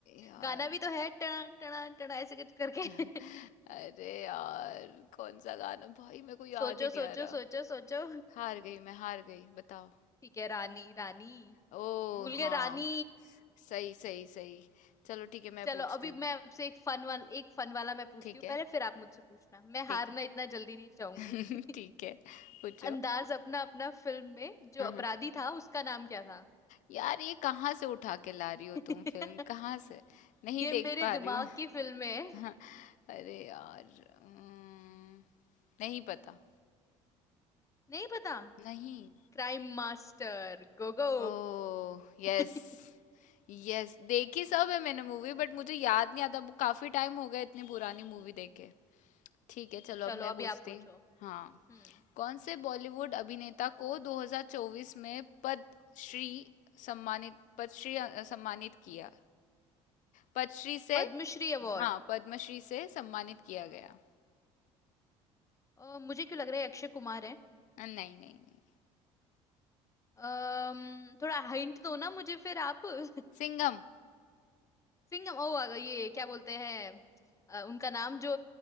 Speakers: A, on the left; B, on the left.
A: यार
B: गाना भी तो है टना टना टना ऐसे कुछ करके
A: <laughs>
B: <laughs>
A: अरे यार कौन सा गाना भाई मेरे को याद
B: सोचो
A: ही नहीं
B: सोचो
A: आ रहा
B: सोचो सोचो
A: हार गई मैं हार गई बताओ
B: ठीक है रानी रानी
A: ओ
B: भूल गए
A: हाँ
B: रानी
A: सही सही सही चलो ठीक है मैं
B: चलो
A: पूछती
B: अभी
A: हूँ
B: मैं आपसे एक फन वाला एक फन वाला मैं पूछती
A: ठीक
B: हूँ
A: है
B: पहले फिर आप मुझसे पूछना मैं
A: ठीक
B: हारना
A: है
B: इतना जल्दी नहीं चाहूंगी
A: <laughs>
B: <laughs>
A: ठीक है पूछो
B: अंदाज अपना अपना फिल्म में जो
A: हाँ
B: अपराधी
A: हाँ
B: था उसका नाम क्या था
A: यार ये कहाँ से उठा के ला रही
B: <laughs>
A: हो तुम फिल्म कहाँ से नहीं
B: ये
A: देख
B: मेरे
A: पा
B: दिमाग
A: रही हूँ
B: की फिल्म है
A: <laughs> अरे यार अम्म, नहीं पता
B: नहीं पता
A: नहीं
B: Crime master Gogo
A: Oh yes
B: <laughs>
A: यस देखी सब है मैंने मूवी बट मुझे याद नहीं आता काफी टाइम हो गया इतनी पुरानी मूवी देखे ठीक है चलो
B: चलो
A: अब मैं
B: अभी
A: पूछती
B: आप पूछो
A: हाँ
B: हम्म
A: कौन से बॉलीवुड अभिनेता को 2024 में पद्मश्री सम्मानित पद्मश्री अ, सम्मानित किया पद्मश्री से
B: पद्मश्री अवार्ड
A: हाँ पद्मश्री से सम्मानित किया गया
B: अ, मुझे क्यों लग रहा है अक्षय कुमार है
A: अ, नहीं नहीं नहीं
B: अम्म थोड़ा हिंट दो ना मुझे फिर आप <laughs>
A: सिंघम
B: सिंह ओ आ गए, ये क्या बोलते हैं अ, उनका नाम जो